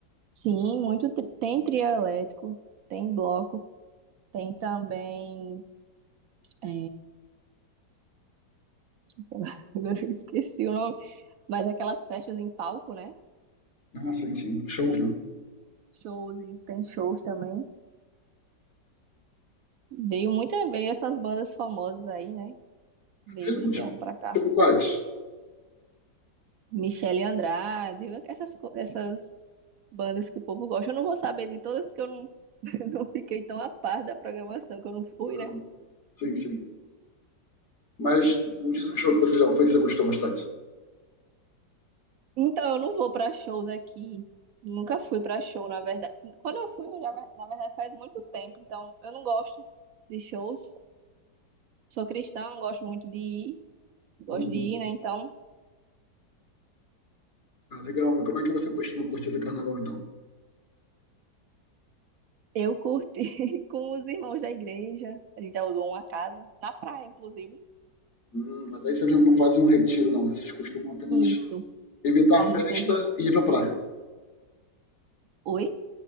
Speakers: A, on the right; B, on the left.
A: Sim, muito tri- tem trio elétrico, tem bloco, tem também. é, <laughs> Agora eu esqueci o nome, mas aquelas festas em palco, né?
B: Ah, sim, sim, shows, né?
A: Shows, isso tem shows também. Veio muita, veio essas bandas famosas aí, né? Veio
B: É mesmo?
A: esse
B: Tipo,
A: ano pra cá.
B: tipo quais?
A: Michele Andrade, essas, co- essas bandas que o povo gosta. Eu não vou saber de todas porque eu não, <laughs> não fiquei tão a par da programação que eu não fui,
B: Ah,
A: né?
B: Sim, sim. Mas me diz um show que você já foi que você gostou bastante.
A: Então, eu não vou pra shows aqui. Nunca fui pra show, na verdade. Quando eu fui, já vai- na verdade, faz muito tempo. Então, eu não gosto de shows. Sou cristã, não gosto muito de ir. Gosto
B: Uhum.
A: de ir, né? Então,
B: Ah, legal, mas como é que você costuma curtir esse carnaval então?
A: eu curti <laughs> com os irmãos da igreja. A gente alugou uma casa, na praia, inclusive.
B: Hum, mas aí vocês não fazem um retiro, não, né? Vocês costumam apenas
A: Isso.
B: evitar
A: A
B: a festa
A: gente fez. um-
B: e ir pra praia.
A: Oi?